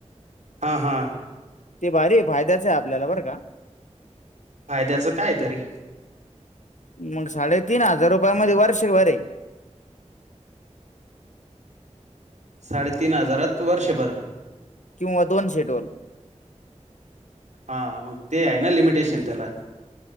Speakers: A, on the right (about 75°); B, on the left (about 85°).
A: हां हां.
B: ते भारी ये फायद्याच ये आपल्याला बरं का.
A: फायद्याचं काय तरी
B: मंग साडेतीन हजार रुपयामध्ये वर्ष भर ये.
A: साडेतीन हजारात वर्षभर.
B: किंवा दोन शेड्यूल.
A: हा मग ते आहे ना लिमिटेशन त्याला.